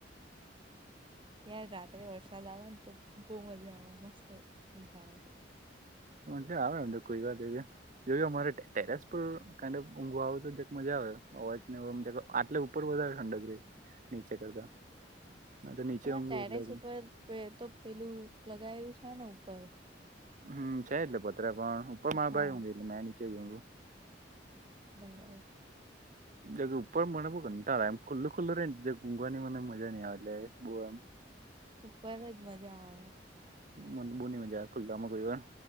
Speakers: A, on the right (about 30°); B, on the right (about 45°).
A: યાર રાત્રે વરસાદ આવે ને તો બહુ મજા આવે મસ્ત ખ આવે.
B: હ આવ કોઈ ગ. જો અમારે ટેરેસ પર ક ઊંઘો આવે તો મજા આવે અવાજ ને. આટલે ઉપર વધારે ઠંડક રહી નીચે કરતા. મેં તો નીચે
A: તમે
B: ઊંઘું
A: ટેરેસ
B: એટલે
A: ઉપર તો પેલું લગાયેલું છે ને ઉપર.
B: હમ છે એટલે પોત્ર પણ ઉપર મા
A: હા
B: ભાઈ હું એટલે મેં નીચે જું.
A: બરાબર.
B: ગ ઉપર મને બહ ઘંટા એમ ખુલ્લું ખુલ્લું રહી નેુંઘવાની મને મજા નહીં આવેટ બુ એમ.
A: ઉપર જ મજા આવે.
B: મ બૂની મજા ખુલ્લા માં કોઈ વાર